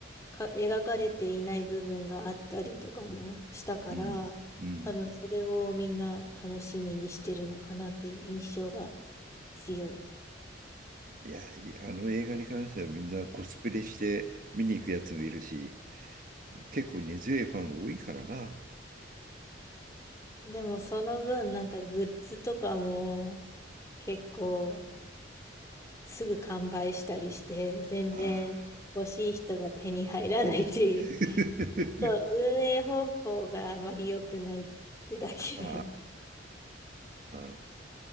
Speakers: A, on the left; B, on the right.
A: か、描かれていない部分があったりとかもしたから、
B: うん、うん。
A: 多分それをみんな楽しみにしてるのかなっていう印象が強い。
B: いや、いあの映画に関してはみんなコスプレして見に行くやつもいるし、結構根強いファン多いからな。
A: でもその分、なんかグッズとかも結構すぐ完売したりして、全然欲しい人が手に入らないっていう
B: ああ。<laughs>
A: そう運営方法があまり良くないってだけで。
B: あ
A: <laughs>
B: あ。